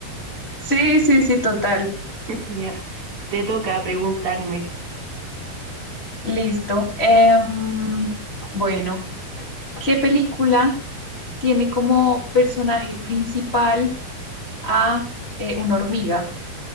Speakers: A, on the left; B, on the right.
A: Sí, sí, sí, total.
B: <laughs> Ya, te toca preguntarme.
A: Listo. Em, bueno, ¿qué película tiene como personaje principal a eh, una hormiga?